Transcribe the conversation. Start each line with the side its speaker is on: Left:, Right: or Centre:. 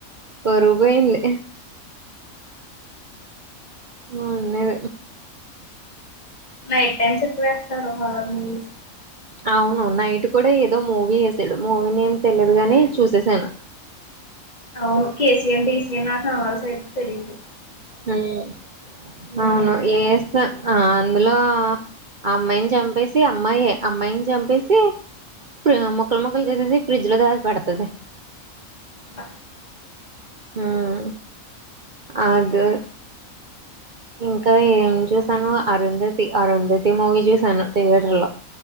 Right: పరువుపోయింది. మొన్నది
Left: నైట్ టైమ్స్ ఎక్కువేస్తడు హరర్ మూవీస్
Right: అవును నైట్ కూడా ఏదో మూవీ ఎసాడు మూవీ నేమ్ తెలిదు గాని చూసేసాను.
Left: అవ్ను కేెసిఎం డిసిఎం <unintelligible> తెలిదు
Right: మ్ అవును
Left: నేమ్ తెలీదు
Right: ఏస్త ఆ అందులో ఆ అమ్మాయిన్ చంపేసి అమ్మాయే అమ్మాయిన్ చంపేసి ప్రియా ముక్కల్ ముక్కల్ చేసేసి ఫ్రిడ్జ్ లో దాచ్పేడుతది.
Left: అ
Right: మ్ అదె ఇంకా ఏం చూసాను అరుంధతి అరుంధతి మూవీ చూశాను థియేటర్ లో.